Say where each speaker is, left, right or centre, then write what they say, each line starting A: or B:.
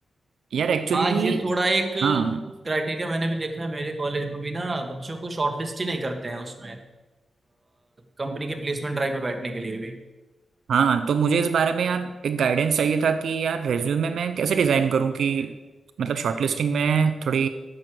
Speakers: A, on the right; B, on the right.
A: यार एक्चुअली
B: हाँ, ये थोड़ा एक
A: हाँ
B: क्राइटेरिया मैंने भी देखा है मेरे कॉलेज में भी ना बच्चों को शॉर्टलिस्ट ही नहीं करते हैं उसमें कंपनी के प्लेसमेंट ड्राइव में बैठने के लिए भी
A: हाँ तो मुझे इस बारे में यार एक गाइडेंस चाहिए था कि यार रेज्यूमे मैं कैसे डिजाइन करूँ कि मतलब शॉर्टलिस्टिंग में थोड़ी